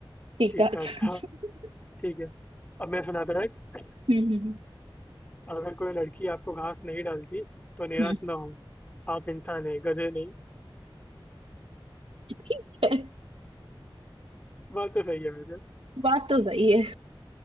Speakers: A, on the right; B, on the left.
A: ठीक
B: ठीक
A: ठाक
B: ठाक था
A: <laughs>
B: ठीक है अब मैं सुनाता हूँ एक।
A: हम्म हम्म, हम्म,
B: अगर कोई लड़की आपको घास नहीं डालती तो निराश
A: हम्म,
B: ना हो आप इंसान है गधे नहीं
A: ठीक है
B: बात तो सही है वैसे
A: बात तो सही है